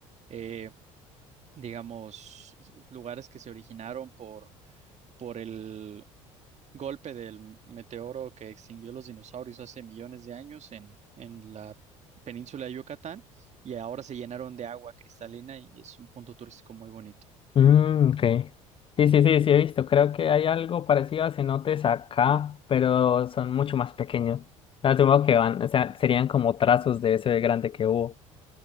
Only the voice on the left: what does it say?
Mm, ok. Sí, sí, sí, sí, he visto. Creo que hay algo parecido a cenotes acá, pero son mucho más pequeños. No, Asumo que van, o sea, serían como trazos de ese grande que hubo.